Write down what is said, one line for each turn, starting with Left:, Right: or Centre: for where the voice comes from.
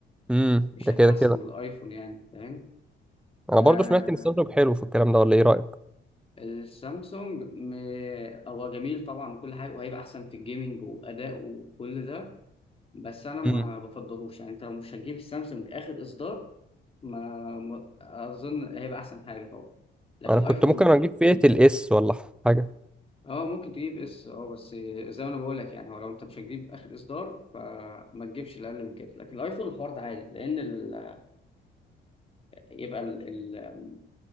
Centre: امم
Left: مش
Centre: ده
Left: هتلاقي
Centre: كده
Left: احسن
Centre: كده
Left: من الايفون يعني فاهم
Centre: انا
Left: آه
Centre: برضو سمعت ان سامسونج حلو في الكلام ده ولا ايه رايك
Left: السامسونج م... هو جميل طبعا وكل حاجه وهيبقى احسن في الجيمنج واداء وكل ده بس انا ما
Centre: امم
Left: بفضلوش يعني انت لو مش هتجيب السامسونج اخر اصدار ما ما- اظن هيبقى احسن حاجه طبعا لكن
Centre: انا
Left: الايفون
Centre: كنت ممكن اجيب فئه الاس ولا حاجه
Left: اه ممكن تجيب اس اه بس زي ما انا بقول لك يعني هو لو انت مش هتجيب اخر اصدار فما تجيبش الاقل من كده لكن الايفون الحوار ده عادي لان ال... يبقى ال... ال...